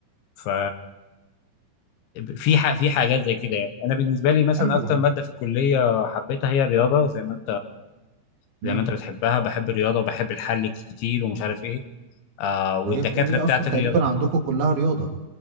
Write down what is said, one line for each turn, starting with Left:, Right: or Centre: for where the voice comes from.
Left: ف في ح- في حاجات زي كده يعني انا بالنسبه لي مثلا
Right: ايوه
Left: اكتر ماده في الكليه حبيتها هي الرياضه زي ما زي
Right: امم
Left: ما انت بتحبها بحب الرياضه وبحب الحل كتير ومش عارف ايه آه والدكاتره
Right: وهي الكليه
Left: بتاعت
Right: اصلا تقريبا
Left: الرياضه
Right: عندكم كلها رياضه